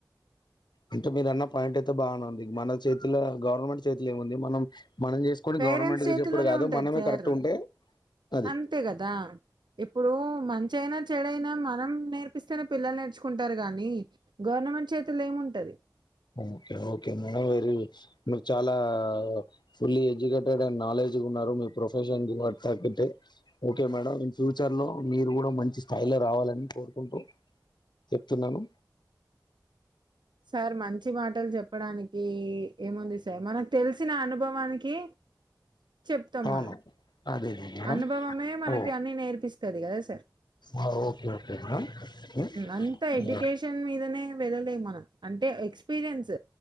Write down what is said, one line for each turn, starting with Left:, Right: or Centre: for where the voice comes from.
Left: అంటే మీరు అన్న పాయింట్ అయితే బాగునేంది మన చేతిలో గవర్నమెంట్ చేతిలో ఏముంది మనం మనం చేసుకొని
Right: పేరెంట్స్
Left: గవర్నమెంట్
Right: చేతిల్లోనే
Left: చెప్పడు కాదు
Right: ఉంటది
Left: మనమే
Right: సార్
Left: కరెక్ట్ ఉంటే అది
Right: అంతే కదా ఇప్పుడు మంచియినా చెడైనా మనం నేర్పిస్తేనే పిల్లలు నేర్చుకుంటారు గాని గవర్నమెంట్ చేతుల్లో ఏముంటది
Left: ఓకే ఓకే మేడం వెరీ మీరు చాలా ఫుల్లీ ఎడ్యుకేటెడ్ అండ్ నాలెడ్జ్ ఉన్నారు మీ ప్రొఫెషన్ <unintelligible> ఓకే మేడం ఇన్ ఫ్యూచర్లో మీరు కూడా మంచి స్థాయిలో రావాలని కోరుకుంటూ చెప్తున్నాను
Right: సార్ మంచి మాటలు చెప్పడానికి ఏముంది సార్ మనకు తెలిసిన అనుభవానికి చెప్తాం
Left: అవును
Right: మనం
Left: అదే అదే మేడం
Right: అనుభవమే మనకి
Left: ఓ
Right: అన్నీ నేర్పిస్తది కదా సార్
Left: ఆ, ఓకే ఓకే మేడం ఉమ్,
Right: అంతా ఎడ్యుకేషన్
Left: యా,
Right: మీదనే వెళ్లలేము మనం అంటే ఎక్స్పీరియన్స్